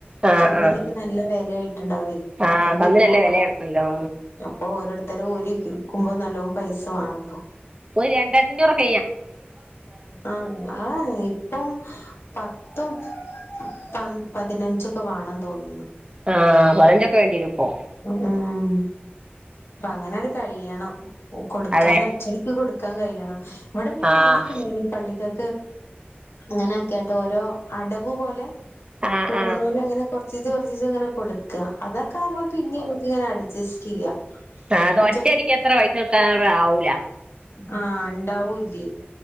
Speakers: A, on the right; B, on the left.
A: ആഹ്
B: കന്നിനൊക്കെ
A: ആഹ്
B: നല്ല വെലയായിട്ടുണ്ടാവേ
A: ആഹ്
B: അപ്പം
A: കന്നിനല്ല
B: പിന്നെ
A: വിലയാണല്ലോ
B: അപ്പൊ ഓരോടു ഇത്തര ഊരിരിക്കുമ്പോൾ നല്ലോ പൈസ വേണം
A: പോയി രണ്ടാരതഞ്ഞൂറ് രൂപക്ക്
B: ആഹ ആ ഇപ്പം പത്തും പ പതിനഞ്ചൊക്കെ വേണം തോന്നുന്നു
A: ആഹ പറഞ് വേണ്ടിടുപ്പോ
B: ഉം അങ്ങനട് കഴിയണം കൊടുക്കാൻ
A: അതെ
B: അച്ചടിക്ക് കൊടുക്ക പക്കാൻ കഴിയണം ഇവിടെ പിന്നെ
A: ആഹ്
B: ആദ്യ കണ്ട ഇ പള്ളിക്ക ഇങ്ങനെയൊക്കെട്ടോ ഓരോ അടവ് പോലെ
A: ആഹ്
B: കൂടനൂല
A: ആഹ്
B: അങ്ങനെ കൊറ സ്ഥിതി കുറച്ച് സ് ഇങ്ങനെ കൊടുക്കാ അതൊക്കെ ആകുമ്പോ പിന്നെ നമക്ക ഇങ്ങെ അടു ടെസ്റ്റ്‌ ചെയ്യാം
A: ആ അത്
B: മറ്റേ
A: ഒറ്റടിക്ക് എത്ര പൈസ കക്കാ ആവൂല
B: ആഹ ഉണ്ടാവൂ ഇല